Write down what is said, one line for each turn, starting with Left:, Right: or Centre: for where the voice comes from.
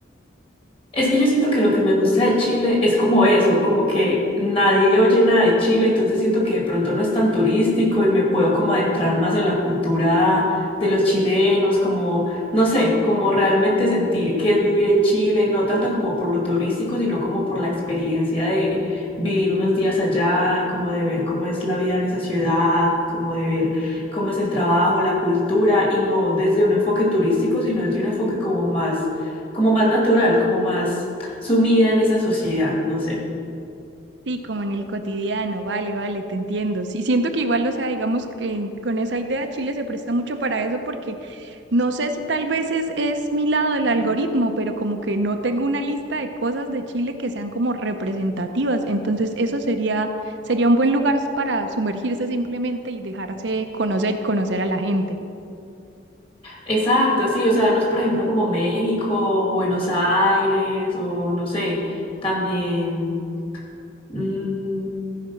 Left: Es que yo siento que lo que me gusta de Chile es como eso, como que nadie oye nada de Chile, entonces siento que de pronto no es tan turístico y me puedo como adentrar más en la cultura de los chilenos, como, no sé, como realmente sentir que es vivir en Chile, no tanto como por lo turístico, sino como por la experiencia de vivir unos días allá, como de ver cómo es la vida en esa ciudad, como de ver cómo es el trabajo, la cultura, y no desde un enfoque turístico, sino desde un enfoque como más como más natural, como más sumida en esa sociedad, no sé.
Right: Sí, como en el cotidiano, vale, vale, te entiendo. Sí, siento que igual, o sea, digamos que con esa idea Chile se presta mucho para eso porque no sé si tal vez es, es mi lado del algoritmo, pero como que no tengo una lista de cosas de Chile que sean como representativas. Entonces, eso sería, sería un buen lugar para sumergirse simplemente y dejarse conocer y conocer a la gente.
Left: Exacto, sí, o sea, no es por ejemplo como México, o Buenos Aires, o no sé, también mm,